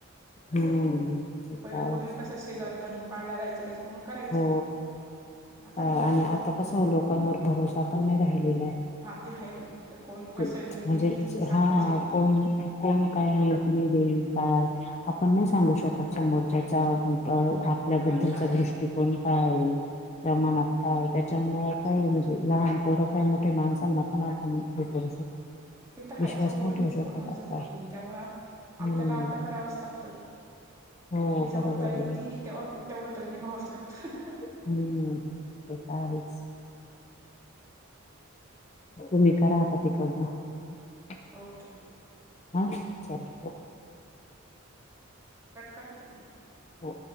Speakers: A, on the right (about 15°); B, on the left (about 30°).
A: असं
B: हम्म काय
A: पहिलं पूर्वी कस शेजरी.. जन्म पाळला जायच त्याच्यामुळं करायचे
B: हो
A: आता
B: अ, आणि
A: नाही करत कोणी
B: आता लोकांवर भरोसा पण मी राहिलेला आहे.
A: हा ते आहे बाई कोण कशाने
B: ते
A: येतीने
B: म्हणजे
A: येईल ते सांगताच
B: हा
A: येत नाही.
B: कोण. कोण काही म त देईल काय आपण नाही सांगू शकत समोरच्याचा. आपल्याबद्दलचा
A: मनात काय
B: दृष्टिकोन काय आहे त्या
A: ह
B: मनात ह त्याच्यामुळे काही म्हणजे लहान पोरं काय मोठ्या माणसांना पण आपण हे करू शकतो.
A: ते तर
B: विश्वास
A: आहेच ओ
B: नाही
A: कोणीच
B: ठेवू शकत
A: कोणाचं
B: आपला
A: नाही त्यामुळ
B: हम्म
A: आपल्याला आपलं करावंच लागतं
B: हो
A: आपली
B: बरोबर
A: जबाबदारी
B: आहे
A: ती तेव्हा तेवढं तर निभावंच लागतं
B: हम्म ते त आहेच. तुम्ही करा आता तिकड मग
A: ओके.
B: हम्म चालेल ओके.
A: कट करा तुम्ही.
B: हो.